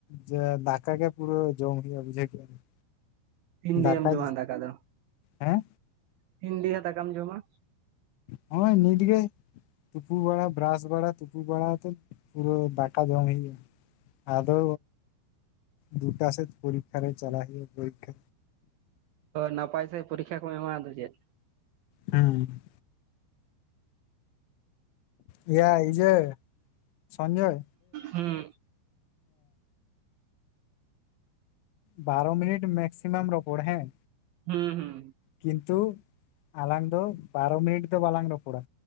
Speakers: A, on the left (about 75°); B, on the right (about 85°).
A: ᱡᱮ ᱫᱟᱠᱟ ᱜᱮ ᱯᱩᱨᱟᱹ ᱡᱚᱢ ᱦᱩᱭᱩᱜ-ᱟ ᱵᱩᱡᱷᱟᱹᱣ ᱠᱮᱭᱟ ᱞᱤᱧ᱾
B: ᱛᱤᱱ ᱨᱮᱢ
A: ᱫᱟᱠᱟᱭ
B: ᱡᱚᱢᱟ ᱫᱟᱠᱟ ᱫᱚ
A: ᱦᱮᱸ
B: <unintelligible> ᱫᱟᱠᱟᱢ ᱡᱚᱢ-ᱟ
A: ᱱᱚᱜ-ᱚᱭ ᱱᱤᱛᱜᱮ᱾ ᱛᱩᱯᱩ ᱵᱟᱲᱟ ᱵᱨᱟᱥ ᱵᱟᱲᱟ ᱛᱩᱯᱩ ᱵᱟᱲᱟ ᱯᱩᱨᱟᱹ ᱫᱟᱠᱟ ᱡᱚᱢ ᱦᱩᱭᱩᱜ-ᱟ᱾ ᱟᱫᱚ ᱫᱩᱴᱟ ᱥᱮᱫ ᱯᱚᱨᱤᱠᱠᱷᱟ ᱨᱮ ᱪᱟᱞᱟᱜ ᱦᱩᱭᱩᱜᱼᱟ ᱯᱚᱨᱤᱠᱠᱷᱟ᱾
B: ᱱᱟᱯᱟᱭ ᱥᱟᱦᱤ ᱯᱚᱨᱤᱠᱠᱷᱟ ᱠᱚᱢ ᱮᱢᱟ ᱟᱫᱚ ᱪᱮᱫ,
A: ᱦᱮᱸ ᱮᱭᱟ ᱤᱭᱟᱹ ᱡᱮ ᱥᱚᱧᱡᱚᱭ,
B: ᱦᱩᱸ
A: ᱵᱟᱨᱚ ᱢᱤᱱᱤᱴ ᱢᱮᱠᱥᱤᱢᱟᱢ ᱨᱚᱯᱚᱲ ᱦᱮᱸ
B: ᱦᱩᱸ ᱦᱩᱸ
A: ᱠᱤᱱᱛᱩ ᱟᱞᱟᱝ ᱫᱚ ᱵᱟᱨᱚ ᱢᱤᱱᱤᱴ ᱫᱚ ᱵᱟᱞᱟᱝ ᱨᱚᱯᱚᱲᱟ